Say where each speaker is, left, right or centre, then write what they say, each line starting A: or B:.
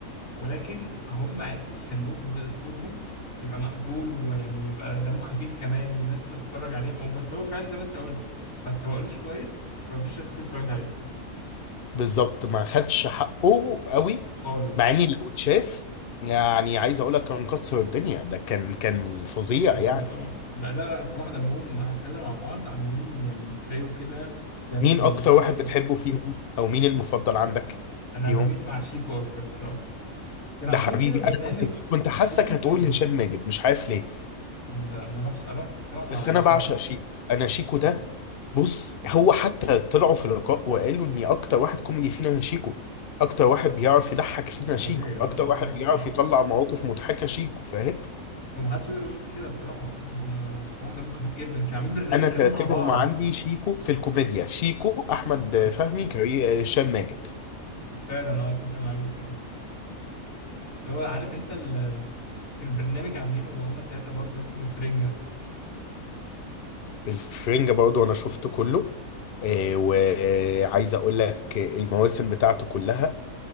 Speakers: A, on the left; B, on the left.
A: ولكن هم عرفوا يخلوه باسلوبهم يبقى مقبول ويعني يبقى دمه خفيف كمان والناس تتفرج عليه هو بس هو فعلا زي ما انت قلت ما تسوقلوش كويس فمفيش ناس كتير اتفرجت عليه
B: بالظبط ما خدش حقه قوي
A: خالص
B: مع إني لو اتشاف يعني عايز أقول لك كان كسر الدنيا ده كان كان فظيع
A: اه
B: يعني
A: اه لا لا لا، بصراحه دمهم مع التلاته مع بعض عاملين يعني تريو كده دمه
B: مين
A: الخفيف
B: أكتر واحد
A: جدا
B: بتحبه فيهم أو مين المفضل عندك
A: انا
B: فيهم؟
A: بميل مع شيكو اكتر بصراحه كانوا
B: ده
A: عاملين
B: حبيبي
A: كده برنامج
B: انا كنت كنت حاسك
A: اسمه الفرنجة
B: هتقول هشام ماجد مش عارف ليه
A: لا ما اروحش اروح بصراحة مع
B: بس انا
A: شيكو
B: بعشق شيكو انا شيكو
A: آه،
B: ده بص هو حتى طلعوا في لقاء وقالوا اني اكتر واحد كوميدي فينا شيكو اكتر واحد بيعرف يضحك فينا
A: طبيعي
B: شيكو اكتر
A: اه اه
B: واحد
A: آه،
B: بيعرف
A: بصراحة
B: يطلع مواقف مضحكة شيكو فاهم
A: هو محدش يقدر يقول غير كده بصراحة اه يعني آه، بصراحة دمه خفيف جدا كانوا عاملين برنامج
B: انا
A: كمان
B: ترتيبهم
A: مع بعض
B: عندي شيكو في الكوميديا شيكو احمد
A: اه
B: فهمي كريم هشام ماجد
A: فعلا اه اتفق معاك بصراحة بس هو عارف انت ال... كان برنامج عاملينه هما التلاتة برضه اسمه الفرنجة
B: الفرنجة برضو انا شفته كله آه، وعايز اقول لك المواسم بتاعته كلها